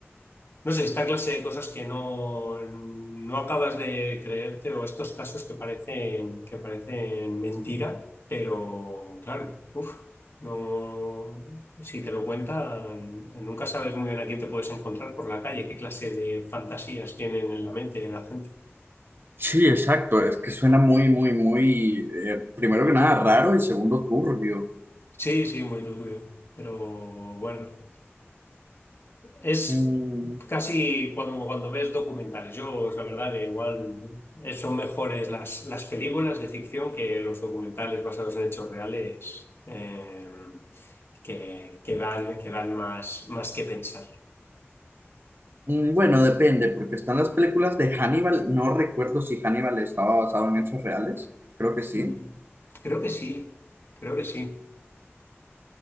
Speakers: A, on the left; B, on the right.
A: no sé, esta clase de cosas que no, no acabas de creerte o estos casos que parecen, que parecen mentira, pero claro, uf, no, si te lo cuentan, nunca sabes muy bien a quién te puedes encontrar por la calle, qué clase de fantasías tienen en la mente de la gente.
B: Sí, exacto. Es que suena muy, muy, muy, eh, primero que nada, raro y segundo, turbio.
A: Sí, sí, muy turbio. Pero bueno, es
B: Mm,
A: casi cuando, cuando ves documentales. Yo, la verdad, que igual eh, son mejores las, las películas de ficción que los documentales basados en hechos reales eh, que, que dan, que dan más, más que pensar.
B: mm, bueno, depende, porque están las películas de Hannibal. No recuerdo si Hannibal estaba basado en hechos reales. Creo que sí.
A: Mm. Creo que sí, creo que sí.